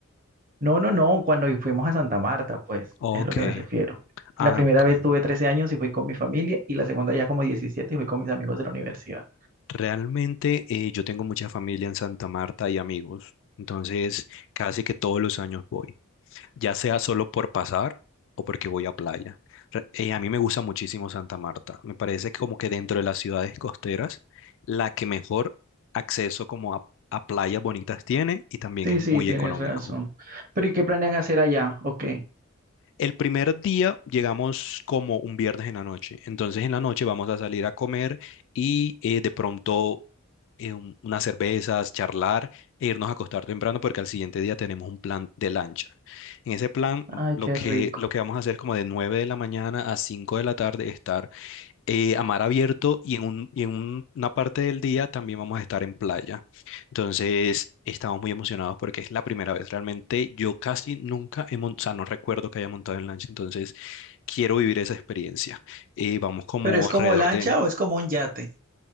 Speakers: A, on the right; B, on the left.
A: No, no, no, cuando fuimos a Santa Marta, pues,
B: Ok.
A: es a lo que me refiero.
B: Ah,
A: La primera
B: ok.
A: vez tuve 13 años y fui con mi familia y la segunda ya como 17 y fui con mis amigos de la universidad.
B: Realmente eh, yo tengo mucha familia en Santa Marta y amigos, entonces casi que todos los años voy, ya sea solo por pasar o porque voy a playa. Re- eh, a mí me gusta muchísimo Santa Marta, me parece que como que dentro de las ciudades costeras, la que mejor acceso como a, a playas bonitas tiene y también
A: Sí,
B: es muy
A: sí, tienes
B: económico.
A: razón. Pero ¿y qué planean hacer allá? Ok.
B: El primer día llegamos como un viernes en la noche, entonces en la noche vamos a salir a comer y eh, de pronto eh, un- unas cervezas, charlar e irnos a acostar temprano porque al siguiente día tenemos un plan de lancha. En ese plan
A: Ay,
B: lo
A: qué
B: que,
A: rico.
B: lo que vamos a hacer es como de 9 de la mañana a 5 de la tarde, estar eh, a mar abierto y en un- y en un- una parte del día también vamos a estar en playa. Entonces, estamos muy emocionados porque es la primera vez. Realmente yo casi nunca he montado, o sea, no recuerdo que haya montado en lancha, entonces quiero vivir esa experiencia. Eh, vamos como
A: ¿Pero es
B: alrededor
A: como lancha
B: de...
A: o es como un yate?